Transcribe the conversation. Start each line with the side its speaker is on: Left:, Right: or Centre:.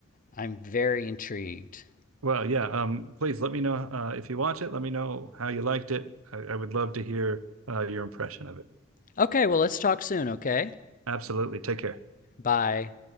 Left: I'm very intrigued.
Right: Well, yeah. Um, please let me know uh, if you watch it. Let me know how you liked it. I, I would love to hear uh, your impression of it.
Left: Okay. Well, let's talk soon. Okay.
Right: Absolutely. Take care.
Left: Bye.